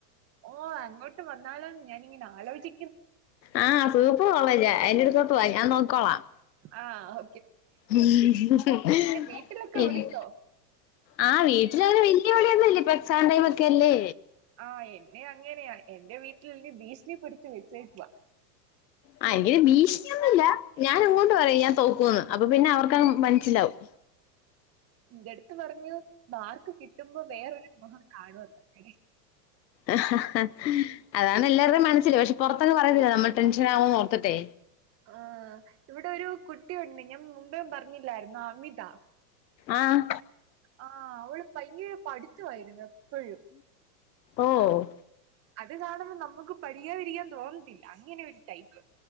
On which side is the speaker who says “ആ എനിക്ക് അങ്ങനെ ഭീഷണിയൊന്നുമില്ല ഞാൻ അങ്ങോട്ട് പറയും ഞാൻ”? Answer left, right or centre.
Left